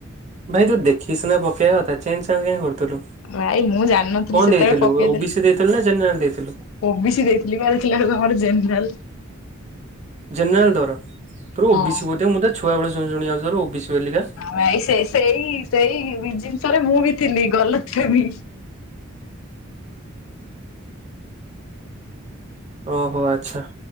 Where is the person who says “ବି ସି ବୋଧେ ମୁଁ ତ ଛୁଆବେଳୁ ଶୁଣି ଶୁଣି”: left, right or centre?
Right